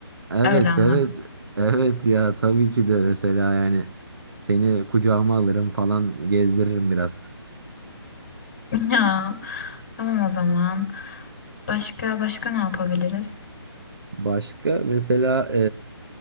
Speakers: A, on the right; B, on the left.
A: Evet
B: Öyle anladım.
A: evet evet ya tabii ki de mesela yani seni kucağıma alırım falan gezdiririm biraz.
B: <laughs> Ya, tamam o zaman. Başka başka ne yapabiliriz?
A: Başka mesela